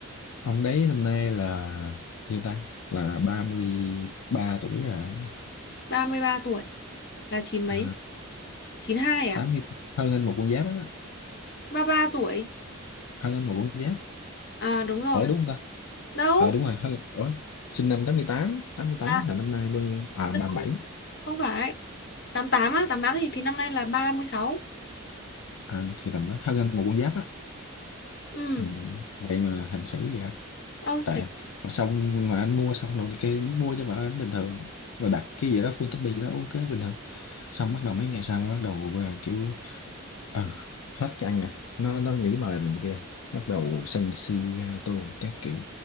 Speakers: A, on the left (about 85°); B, on the left (about 50°).
A: ông đấy năm nay là nhiêu ta là ba mươi ba tuổi rồi đấy.
B: ba mươi ba tuổi là chín mấy
A: à,
B: chín hai à
A: 80 hơn anh một con giáp á
B: ba ba tuổi
A: hơn anh một con giáp
B: à đúng rồi
A: ủa đúng không ta
B: đâu
A: ờ đúng rồi hơn ủa sinh năm tám mươi tám tám mươi mươi
B: à
A: tám là năm nay bao nhiêu à
B: đâu,
A: 37
B: không phải tám tám á tám tám thì thì năm nay là ba mươi sáu,
A: à, thì tầm đó hơn anh một con giáp á
B: ừ
A: Ừ. Vậy mà hành xử vậy hả?
B: ơ
A: Tại
B: trẻ
A: mà xong mà anh mua xong rồi kia mua cho bà anh bình thường rồi đặt cái gì đó full topping đó ok bình thường xong bắt đầu mấy ngày sau bắt đầu à, kiểu ờ hết cái ăn rồi nó nó nghĩ mà là mình kia bắt đầu sân si ga tô các kiểu